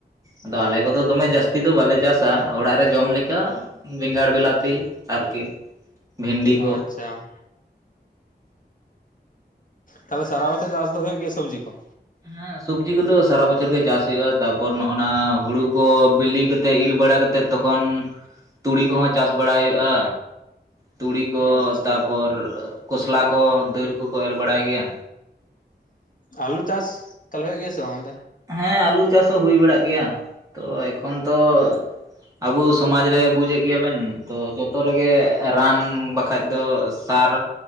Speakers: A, on the right; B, on the left.
A: ᱟᱫᱚ
B: ᱚ
A: ᱟᱞᱮ ᱠᱚᱫᱚᱼᱼ ᱡᱟᱹᱥᱛᱤ ᱫᱚ ᱵᱟᱞᱮ ᱪᱟᱥᱟ ᱚᱲᱟ ᱡᱚᱢ ᱞᱮᱠᱟ ᱵᱮᱸᱜᱟᱲ, ᱵᱮᱞᱟᱛᱤ ᱟᱨ ᱠᱤ ᱵᱷᱮᱱᱰᱤ ᱠᱚ᱾
B: ᱚ ᱟᱪᱪᱷᱟ᱾ ᱛᱟᱦᱚᱞᱮ ᱥᱟᱨᱟ ᱵᱚᱪᱷᱚᱨ ᱪᱟᱥ ᱫᱚ ᱦᱩᱭᱩᱜ ᱜᱤᱭᱟᱹ ᱥᱚᱵᱽᱡᱤ ᱠᱚ?
A: ᱦᱮᱸ ᱥᱚᱵᱽᱡᱤ ᱠᱚᱫᱚ ᱥᱟᱨᱟ ᱵᱚᱪᱷᱚᱨ ᱜᱮ ᱪᱟᱥ ᱦᱩᱭᱩᱜᱼᱟ ᱛᱟᱯᱚᱨ ᱱᱚᱜ ᱱᱟ ᱦᱩᱲᱩ ᱠᱚ ᱵᱤᱞᱤ ᱠᱟᱛᱮᱫ ᱤᱨ ᱵᱟᱲᱟ ᱠᱟᱛᱮᱫ ᱛᱚᱠᱷᱚᱱ ᱛᱩᱲᱤ ᱠᱚᱦᱚᱸ ᱪᱟᱥ ᱵᱟᱲᱟ ᱦᱩᱭᱩᱜᱼᱟ᱾ ᱛᱩᱲᱤ ᱠᱚ
B: ᱟᱪᱪᱷᱟ
A: ᱛᱟᱯᱚᱨ ᱠᱚᱥᱞᱟ ᱠᱚ ᱫᱟᱹᱞ ᱠᱚᱠᱚ ᱮᱨ ᱵᱟᱲᱟᱭ ᱜᱮᱭᱟ᱾
B: ᱟᱞᱩ ᱪᱟᱥ ᱛᱟᱦᱞᱮ ᱦᱩᱭᱩᱜ ᱜᱮᱭᱟ ᱥᱮ ᱵᱟᱝ ᱚᱱᱛᱮ᱾
A: ᱦᱮᱸ ᱟᱞᱩ ᱪᱟᱥ ᱦᱚᱸ ᱦᱳᱭ ᱵᱟᱲᱟᱜ ᱜᱮᱭᱟ ᱛᱚ ᱮᱠᱷᱚᱱ ᱛᱚ ᱟᱵᱚ ᱥᱚᱢᱟᱡ ᱨᱮ ᱵᱩᱡᱮᱫ ᱜᱮᱭᱟᱵᱱ ᱛᱚ ᱡᱚᱛᱚ ᱨᱮᱜᱮ ᱨᱟᱱ ᱵᱟ ᱵᱟᱠᱷᱟᱡ ᱫᱚ ᱥᱟᱨ